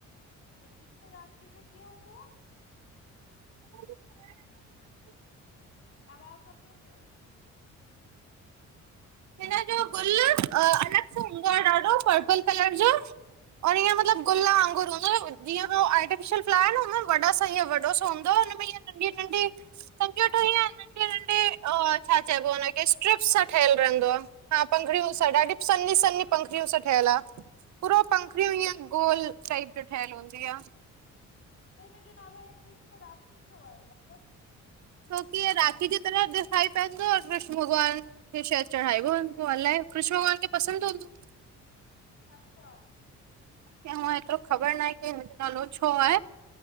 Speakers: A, on the left (about 45°); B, on the right (about 65°).
A: हे कृष्ण राखी जो कीअं हूंदो?
B: <inaudible>
A: आवाज नथी अचे।
B: हिन जो गुल अलॻि सां हूंदो आ ॾाढो पर्पल कलर जो। और इंअ मतलब गुल वांगुर हूंदो आ, जिंअ हो अर्टिफिअल फ्लावर आहे न उन में वॾा साहिय वॾो सो म नंढी- नंढी पंक्तियूं नंढी-नंढी छा चइबो आ हुनखे? स्ट्रिप्स
A: पंखुड़ियूं!
B: सां ठहियल हा पंखड़ियूं।
A: अच्छा
B: ॾाढी सनी-सनी पंखड़ियूं सां ठहियल आ। पूरो पंखङियूं,
A: अच्छा
B: ईंय गोल टाइप जि ठयल हूंदी आ।
A: त इन जो नालो कृष्ण राखी छो आहे मतलब?
B: छोकि, राखी जी तरह ॾिखाई पवंदो कृष्ण भॻवानु। शहदि चढ़ाईबो आ, पोअलाए कृष्न भॻवान खे पसंदि हूंदो?
A: अच्छा!
B: मांखे हू एतिरो ख़बर न आहे कि हिनजो नालो छो आहे?